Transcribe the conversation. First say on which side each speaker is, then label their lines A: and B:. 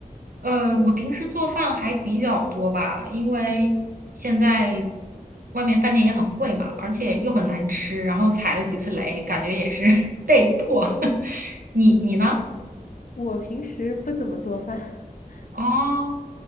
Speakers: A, on the right; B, on the left.
A: 呃，我平时做饭还比较多吧，因为现在外面饭店也很贵嘛，而且又很难吃，然后踩了几次雷，感觉也是 <laughs> 被迫。<laughs> 你你呢？
B: 我平时不怎么做饭。<laughs>
A: 哦。